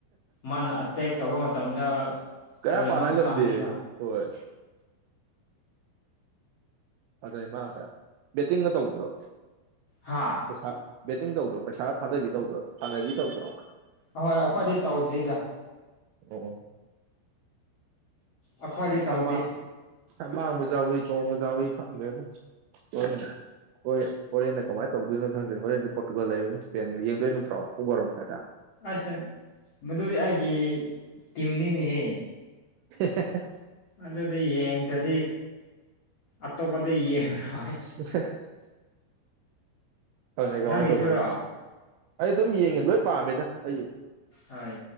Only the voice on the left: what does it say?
ꯃꯥꯅ ꯑꯦꯇꯦꯛ ꯇꯧꯕ ꯃꯇꯝꯗ
ꯂꯣꯏꯅꯃꯛ
ꯆꯪꯉꯤꯕ
ꯍꯥꯥ
ꯑꯍꯣꯏ ꯑꯩꯈꯣꯏꯗꯤ ꯇꯧꯗꯤꯗ
ꯑꯩꯈꯣꯏꯗꯤ
ꯇꯧꯗꯦ
ꯑꯁ ꯃꯗꯨꯗꯤ ꯑꯩꯒꯤ ꯇꯤꯝꯅꯤꯅꯦꯍꯦ
ꯑꯗꯨꯗꯤ ꯌꯦꯡꯗꯗꯤ ꯑꯇꯣꯞꯄꯗ ꯌꯦꯡꯉꯔꯣꯏ
ꯅꯪꯒꯤꯁꯨꯔꯣ
ꯍꯣꯏ